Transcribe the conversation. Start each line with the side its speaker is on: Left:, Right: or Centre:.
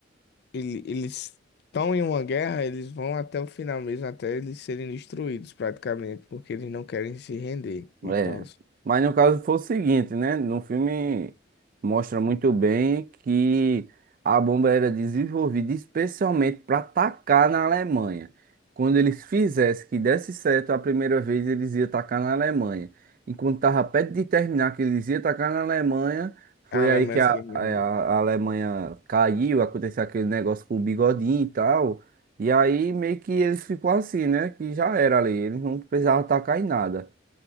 Left: ele- eles estão em uma guerra, eles vão até o final mesmo, até eles serem destruídos praticamente, porque eles não querem se render e
Right: É,
Left: tal.
Right: mas no caso foi o seguinte, né? No filme mostra muito bem que a bomba era desenvolvida especialmente para atacar na Alemanha. Quando eles fizessem que desse certo a primeira vez, eles iam atacar na Alemanha. Enquanto estava perto de terminar que eles iam atacar na Alemanha, foi
Left: A Alemanha
Right: aí que a,
Left: se rende.
Right: é, a- a Alemanha caiu, aconteceu aquele negócio com o Bigodinho e tal. E aí meio que eles ficou assim, né? Que já era ali, eles não precisavam atacar em nada.